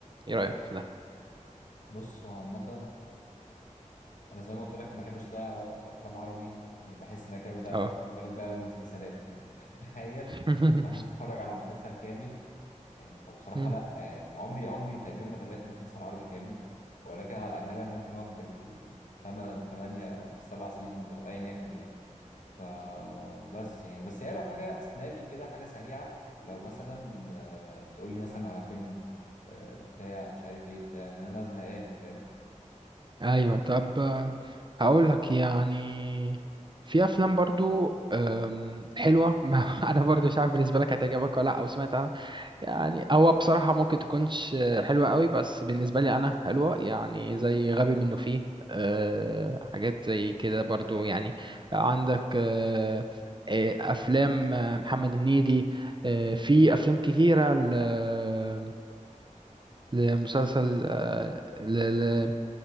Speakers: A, on the right; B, on the left.
A: إيه رأيك في ده؟
B: بص هو عامة انا زي ما قلت لك ما بحبش اضيع وقتي في افلام عربي يعني بحس ان انا كده بضيع
A: اه
B: وقتي ما بالك بقى بالمسلسلات يعني <laughs> تخيل
A: <laughs>
B: ان انا اتفرج على مسلسل كامل يعني فبصراحه
A: أي.
B: لا يعني عمري عمري تقريبا ما تابعت مسلسل عربي كامل ولكن على الاجنبي انا ممكن اقعد بالثمانية او بالسبع سيزونز او ايا يكن يعني فبس يعني بس هي لو حاجه سنابي كده حاجه سريعه لو مثلا آه، تقول لي مثلا على فيلم آه، بتاع مش عارف ايه بتاع ان انا زهقان
A: ايوه طب آه، هقول لك يعني في افلام برضو آم، حلوه <laughs> ما انا برضو مش عارف بالنسبه لك هتعجبك ولا لا او سمعت عنها يعني هو بصراحه ممكن تكونش آه، حلوه قوي بس بالنسبه لي انا حلوه يعني زي غبي منه فيه آه، حاجات زي كده برضو يعني عندك آه، آه، افلام آه، محمد هنيدي آه، في افلام كتيره ل- آه، لمسلسل آه، ل-